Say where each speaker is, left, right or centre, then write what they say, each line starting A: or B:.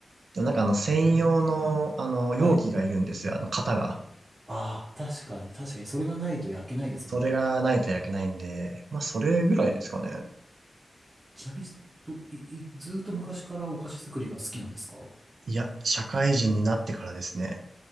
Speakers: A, on the right; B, on the right.
A: でなんかあの、専用の、
B: ええ
A: あの、
B: はい。
A: 容器がいるんですよ。あの、型が。
B: ああ、確かに、確かに、それがないと焼けないですもんね。
A: それがないと焼けないんで、まあ、それぐらいですかね。
B: えちなみに、ど、い、いずーっと昔からお菓子作りが好きなんですか
A: いや、社会人になってからですね。